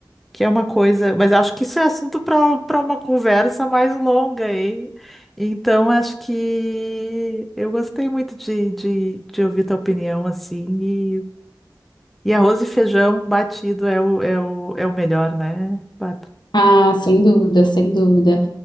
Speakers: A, in the centre; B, on the left.
A: que é uma coisa, mas acho que isso é assunto para para uma conversa mais longa, hein? Então, acho que eu gostei muito de, de, de ouvir tua opinião, assim, e, e arroz e feijão batido é o, é o, é o melhor, né, Bárbara?
B: Ah, sem dúvida, sem dúvida.